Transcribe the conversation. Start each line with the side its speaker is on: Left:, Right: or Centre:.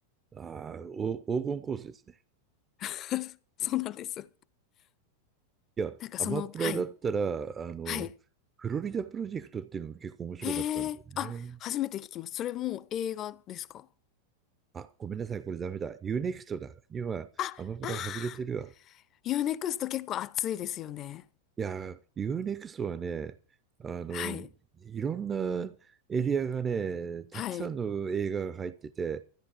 Right: あー、お、黄金コースですね。
Left: <laughs> そうなんです。
Right: いや、
Left: なんかその、
Right: アマプラだったら、
Left: はい。
Right: あの、
Left: はい。
Right: フロリダプロジェクトっていうのも結構面白かったんだよね。
Left: へえ、あ、初めて聞きます。それもう映画ですか
Right: あ、ごめんなさい、これダメだ。ユーネクストだ。今、
Left: あ、
Right: アマプラ外れてるわ。
Left: あー、ユーネクスト結構熱いですよね。
Right: いや、UNEXT はね、あの、
Left: はい。
Right: いろんなエリアがね、たくさんの映画が入ってて、
Left: はい。